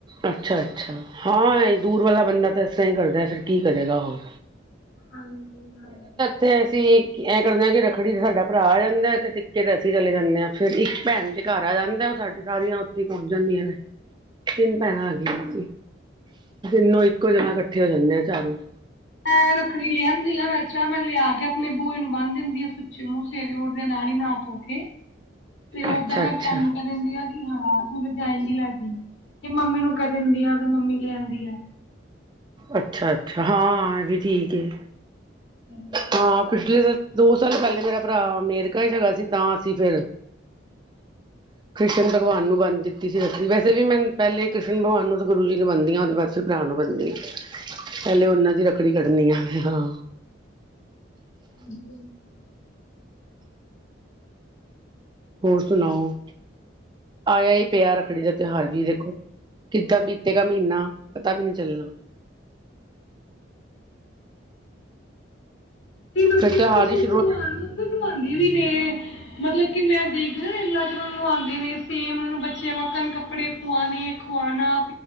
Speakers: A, on the right; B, on the left.
A: ਅੱਛਾ-ਅੱਛਾ, ਹਾਂ ਵੇ ਦੂਰ ਵਾਲਾ ਬੰਦਾ ਤਾਂ ਐਸ ਤਰਾਂ ਈ ਕਰਦਾ ਫੇਰ ਕੀ ਕਰੇਗਾ ਹੋਰ।
B: ਹਾਂਜੀ-ਹਾਂਜੀ।
A: ਤੇ ਅਸੀਂ ਈ ਐਂ ਕਰਦੇ ਆਂ ਕੀ ਰੱਖੜੀ ਤੇ ਸਾਡਾ ਭਰਾ ਜਾਂਦਾ ਤੇ ਟਿੱਕੇ ਤੇ ਅਸੀਂ ਚਲੇ ਜਾਂਨੇ ਆ। ਫੇਰ ਈ ਭੈਣ ਚ ਘਰ ਆ ਜਾਂਦਾ ਓ ਸਾਡੇ ਸਾਰੀਆਂ ਓਥੇ ਈ ਪਹੁੰਚ ਜਾਂਦੀਆਂ ਨੇ। ਤਿਨ ਭੈਣਾਂ ਆ ਗਈ ਸੀ ਤਿੰਨੋ ਇੱਕੋ ਜਗਾ ਕੱਠੇਆ ਰੈਦੀਆ ਚਾਰੋਂ।
B: ਐਂ ਰੱਖੜੀ ਲਿਆਂਦੀ ਆ <unintelligible> <unintelligible> ਲੇਆ ਕੇ ਆਪਨੀ ਬੂਈ ਨੂੰ ਬੰਨ ਦਿੰਦੀ ਆ ਸੁੱਚੇ ਮੂੰ ਸਵੇਰੇ ਉਠਦੇ ਨਾਲ ਈ ਨਾ ਧੋ ਕੇ। ਤੇ ਓਦਾਂ
A: ਅੱਛਾ
B: ਮੈਂ
A: ਅੱਛਾ
B: ਭੈਣ ਨੂੰ ਕੈ ਦਿੰਦੀ ਆ ਹਾਂ ਤੂੰ ਤੇ ਜਾਏਗੀ ਲੈ ਕੇ, ਜੇ ਮੰਮੀ ਨੂੰ ਕੈ ਦਿੰਦੀ ਆ ਤੇ ਮੰਮੀ ਲਿਆਂਦੀ ਐ।
A: ਅੱਛਾ-ਅੱਛਾ ਹਾਂ ਐ ਵੀ ਠੀਕ ਏ।
B: <unintelligible>
A: ਹਾਂ ਪਿਛਲੇ, ਦੋ ਸਾਲ ਪੈਲੇ ਮੇਰਾ ਭਰਾ, ਮੇਰਕਾ ਚ ਹੈਗਾ ਸੀ ਤਾਂ ਅਸੀਂ ਫੇਰ <inaudible> ਕ੍ਰਿਸ਼ਨ ਭਗਵਾਨ ਨੂੰ ਬੰਨ ਦਿੱਤੀ ਸੀ ਰੱਖੜੀ ਵੈਸੇ ਮੈਂ ਪੈਲੇ ਕ੍ਰਿਸ਼ਨ ਭਗਵਾਨ ਨੂੰ ਤਾਂ ਗੁਰੂ ਜੀ ਨੂੰ ਬਣਨਦੀਆਂ ਤੇ ਬਸ। ਫਿਰ ਭਰਾ ਨੂੰ ਬੰਨਦੀ ਆ, ਪੈਲੇ ਓਨਾਂ ਦੀ ਰੱਖੜੀ ਕੱਢਣੀ ਆ ਮੈ ਹਾਂ।
B: <unintelligible>
A: ਹੋਰ ਸੁਣਾਓ, ਆਏਆ ਈ ਪੇਆ ਰੱਖੜੀ ਦਾ ਤੇਹਾਰ ਵੀ ਦੇਖੋ ਕਿੱਦਾਂ ਬੀਤੇਗਾ ਮੀਨਾ ਪਤਾ ਵੀ ਨੀ ਚੱਲਣਾ।
B: ਤੇ ਲੋਕੀ
A: ਫਿਰ ਤਿਉਹਾਰ
B: ਨਾ ਕ੍ਰਿਸ਼ਨ
A: ਹੀ ਸ਼ੁਰੂ
B: ਭਗਵਾਨ ਨੂੰ ਨਵਾਉਂਦੇ ਵੀ ਨੇ, ਮਤਲਬ ਕਿ ਮੈਂ ਦੇਖਦੀ ਇ ਚ ਉਹ ਨੂੰ ਨਵਾਉਂਦੇ ਨੇ, ਸੇਮ ਉਨਾਂ ਬੱਚ ਬੱਚਿਆ ਵਾਕਣ ਕੱਪੜੇ ਪੁਆਣੇ ਖਆਉਣਾ।